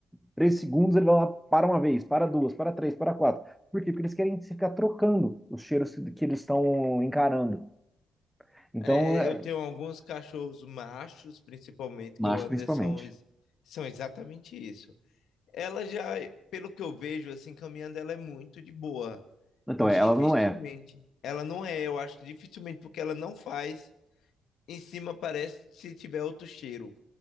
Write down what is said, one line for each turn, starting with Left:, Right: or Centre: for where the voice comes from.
Centre: três segundos ele vai lá, para uma vez, para duas, para três, para quatro. Por quê? Porque eles querem ficar trocando os cheiros que eles estão encarando. Então,
Left: É,
Centre: é,
Left: eu tenho alguns cachorros machos, principalmente,
Centre: macho
Left: que o Anderson
Centre: principalmente.
Left: são exatamente isso. Ela já, pelo que eu vejo, assim, caminhando, ela é muito de boa.
Centre: Então,
Left: Dificilmente.
Centre: ela não é.
Left: Ela não é, eu acho, dificilmente, porque ela não faz. Em cima parece se tiver outro cheiro.